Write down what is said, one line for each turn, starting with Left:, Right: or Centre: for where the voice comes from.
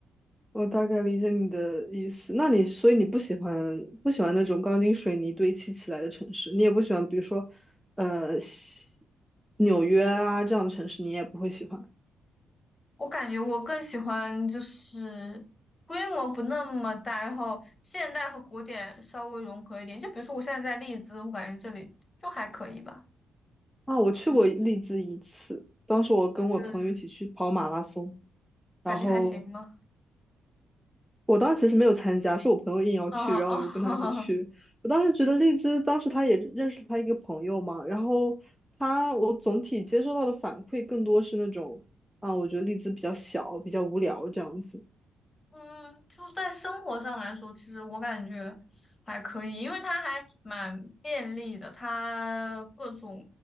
Centre: 我大概理解你的意思。那你所以你不喜欢不喜欢那种钢筋水泥堆砌起来的城市，你也不喜欢，比如说，呃，西纽约啊这样的城市，你也不会喜欢。
Left: 我感觉我更喜欢就是规模不那么大，然后现代和古典稍微融合一点。就比如说我现在在利兹，我感觉这里就还可以吧，
Centre: 啊，我去过利兹一次，
Left: 就
Centre: 当时我跟我朋友一起去跑马拉松，
Left: 是
Centre: 然后
Left: 感觉还行吧。
Centre: 我当时其实没有参加，是我朋友硬要去，
Left: <laughs> 啊哦，
Centre: 然后我就跟他一起去。
Left: <laughs>
Centre: 我当时觉得丽兹当时他也认识他一个朋友嘛，然后他我总体接收到的反馈更多是那种啊，我觉得丽兹比较小，比较无聊这样子。
Left: 嗯，就是在生活上来说，其实我感觉还可以，因为它还蛮便利的，它各种